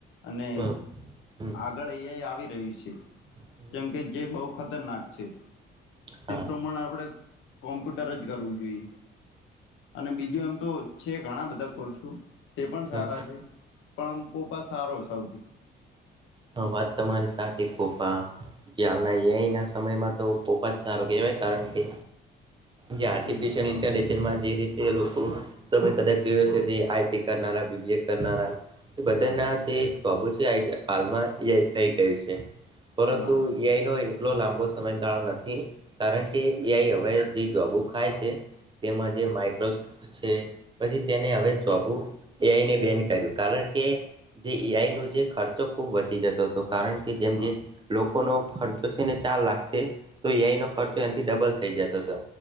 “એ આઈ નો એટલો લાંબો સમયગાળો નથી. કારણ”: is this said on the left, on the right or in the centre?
Right